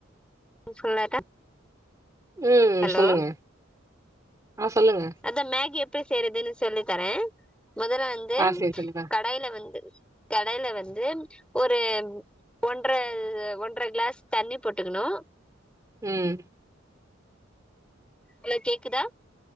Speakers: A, in the centre; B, on the right.
A: சொல்லட்டா
B: ம்
A: ஹலோ
B: சொல்லுங்க ஆ சொல்லுங்க
A: அதா மேகி எப்படி செய்யறதுன்னு சொல்லி தரே முதல்ல வந்து
B: ஆ சேரி சொல்லித்தா
A: கடாயில வந்து கடாயில வந்து ஒரு ஒன்ற ஒன்ற கிளாஸ் தண்ணி போட்டுக்குணு
B: ம்
A: அலோ கேக்குதா